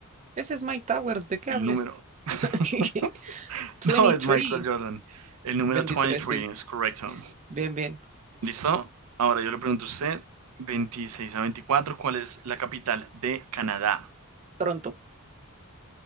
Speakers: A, on the right; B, on the right.
A: Ese es Mike Towers, ¿de qué
B: El
A: hables?
B: número. <laughs>
A: <laughs>
B: no
A: 23.
B: es Michael Jordan. El número
A: 23,
B: 23
A: sí.
B: es correcto.
A: Bien, bien.
B: ¿Listo? Ahora yo le pregunto a usted, Veintiséis a veinticuatro, ¿cuál es la capital de Canadá?
A: Pronto.